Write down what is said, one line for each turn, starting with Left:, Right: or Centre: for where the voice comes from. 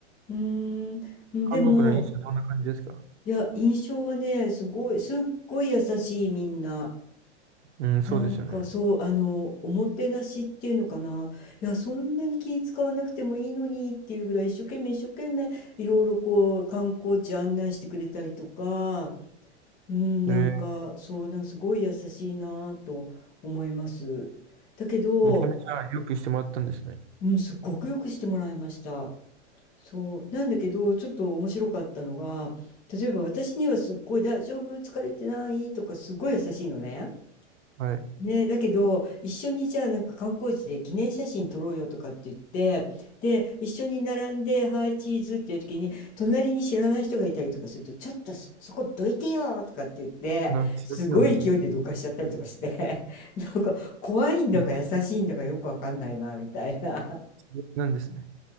Left: うん、
Right: 韓国の飲食どんな感じですか
Left: でも、いや、印象はね、すごい、すっごい優しいみんな。
Right: うん、そうですよね。
Left: なんかそう、あの、おもてなしっていうのかな。いや、そんなに気使わなくてもいいのにっていうぐらい一生懸命一生懸命いろいろこう観光地案内してくれたりとか、うん、
Right: えー、
Left: なんかそう、なんかすごい優しいなぁと思います。だけど、
Right: めちゃめちゃよくしてもらったんですね。
Left: うん、すっごくよくしてもらいました。そう。なんだけど、ちょっと面白かったのが、例えば私にはすっごい大丈夫、疲れてないとかすっごい優しいのね。
Right: はい。
Left: ね、だけど、一緒にじゃあなんか観光地で記念写真撮ろうよとかって言って、で、一緒に並んで、はい、チーズっていう時に、隣に知らない人がいたりとかすると、ちょっとそそこどいてよとかって言って、
Right: まあ、強気なんですね。
Left: すごい勢いでどかしちゃったりとかして <laughs>、なんか怖いんだか優しいんだかよくわかんないな、
Right: うん
Left: みたいな。
Right: 強気なんですね。